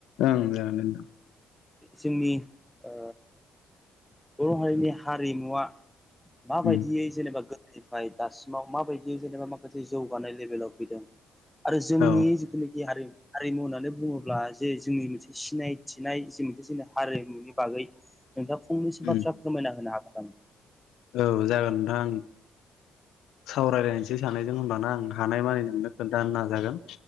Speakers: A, on the left; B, in the centre.
A: ओं जागोन दे नोंथां
B: जोंनि ओ बर' हारिनि हारिमुवा माबायदियै
A: उम
B: जेनेबा गो दोनिफ्राय दासिमाव माबायदि जेनेबा माखासे जौगानाय लेभेलाव फैदों आरो जोंनि
A: औ
B: जिथुनाखि हारिमु हारिमु होननानै बुङोब्ला जे जोंनि मोनसे सिनायथिनाय जे मोनसे जोंनि हारिमुनि बागै। नोंथाङा फंनैसो
A: उम
B: बाथ्रा फोरमायना होनो हागोन नामा?
A: औ जागोन नोंथां। सावरायलायनोसै सानैजों होनबाना आं हानाय मानि नोंनो खोन्थानो नाजागोन।